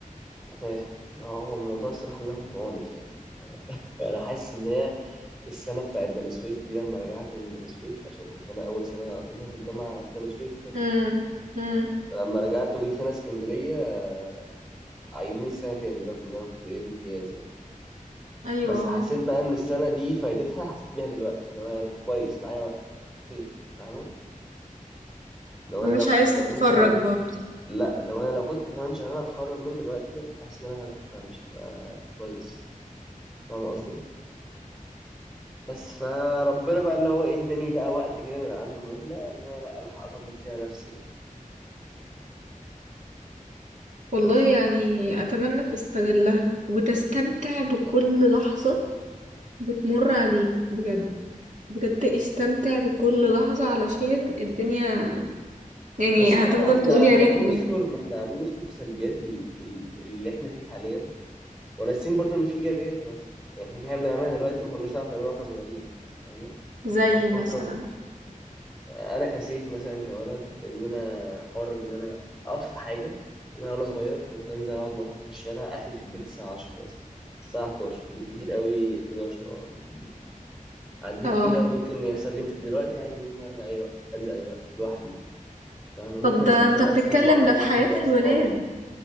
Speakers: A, in the centre; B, on the right.
A: فاهم هو الموضوع الصراحة لكم في عونك يعني آه، <laughs> أنا حاسس إن هي السنة بتاعت بني سويف دي لما رجعت من بني سويف عشان كنت أنا أول سنة قضيتها في الجامعة في بني سويف كان
B: امم امم
A: لما رجعت وجيت هنا اسكندرية آه، عيدوني السنة تاني رغم إن أنا كنت جايب امتياز يعني
B: ايوه
A: بس
B: اه
A: حسيت بقى إن السنة دي فايدتها حسيت بيها دلوقتي اللي هو أنا كويس معايا وقت خير فاهمة؟ لو
B: مش
A: أنا لو
B: عايز
A: كنت كمان
B: تتفرج
A: شهرين
B: برضه
A: لا لو أنا لو كنت كمان شهرين هتخرج من دلوقتي كنت حاسس إن أنا لا أنا مش هبقى كويس فاهمة قصدي؟ بس فربنا بقى اللي هو إيه إداني بقى وقت كده من عنده مهلة إن أنا لا ألحق أظبط فيها نفسي يعني
B: والله
A: بس
B: يعني اتمنى تستغلها وتستمتع بكل لحظة بتمر عليك بجد بجد استمتع بكل لحظة علشان الدنيا يعني
A: بس احنا
B: هتفضل
A: احنا
B: تقول يا
A: عمالين
B: ريتني
A: نذكر ما احنا عمالين نذكر في سلبيات ال- ال- اللي احنا فيه حاليا وناسيين برضو ان في ايجابيات مثلا يعني احنا في حاجه بنعملها دلوقتي ما كناش نعرف نعملها واحنا صغيرين مثلا فاهمه
B: زي
A: او في فتره
B: مثلا
A: في... انا كسيف مثلا كولد ان انا حر ان انا ابسط حاجه ان انا وانا صغير كنت انزل اقعد مع صحابي في الشارع اخري في البيت الساعه 10 مثلا الساعه 11 بالكتير قوي 11 اه أبقى في البيت عديت
B: اه
A: كده ممكن يحصل لي مش دلوقتي عادي ممكن ارجع اي وقت انزل اي وقت لوحدي فاهمة ممكن
B: طب ده
A: أسافر
B: انت بتتكلم
A: أصلا بره
B: ده
A: لوحدي
B: في حياة
A: مع صحابي
B: الولاد